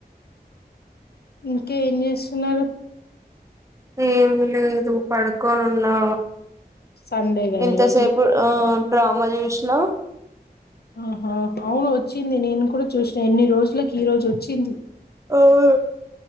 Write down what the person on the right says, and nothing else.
ఏం లేదు పడుకోనున్నా
ఇంతసేపు
ఆ డ్రామా చూసినా
ఆవును